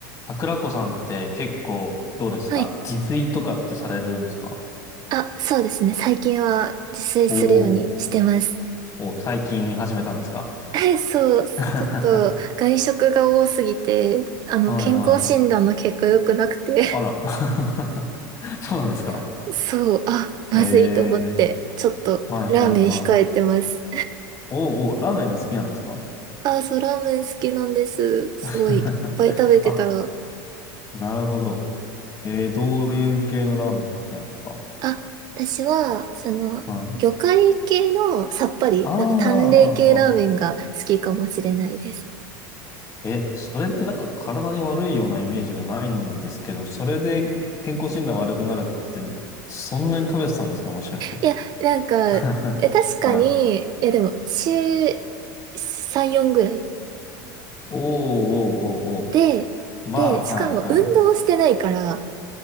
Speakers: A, on the left; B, on the right.
A: 桜子さんって結構どうですか自炊とかってされるんですか
B: はい。あ、そうですね。最近は自炊するようにしてます。
A: おおー、お、最近始めたんですか
B: <laughs> そう、
A: <laughs> は
B: ちょっと外食が多すぎて、あの、
A: いはい。
B: 健康診断の結果良くなくて、
A: あら。<laughs> そうなんですか
B: <laughs> そう、あ、まずいと思って、
A: ええー
B: ちょっとラーメン控えてます。
A: はいはいはい。おうおーラーメンが好きなんですか
B: <laughs> あ、そう、ラーメン好きなんです。すごい、
A: <laughs>
B: いっぱい食べてたら。
A: あ、なるほど。えー、どういう系のラーメンが好きなんですか
B: あ、私は、その、
A: はい。
B: 魚介系のさっぱり、
A: ああ、ああ、
B: なんか淡麗系ラーメンが好きかもしれないです。
A: あえ、それってなんか体に悪いようなイメージがないんですけど、それで健康診断悪くなるって、そんなに食べてたんですか、もしかして。
B: いや、なんか、
A: <laughs>
B: え、確かに、
A: はい。
B: いやでも、週3、4ぐらい。
A: おーおーおーお
B: で、
A: ー。まあ、
B: で、
A: はいはい。
B: しかも運動してないから、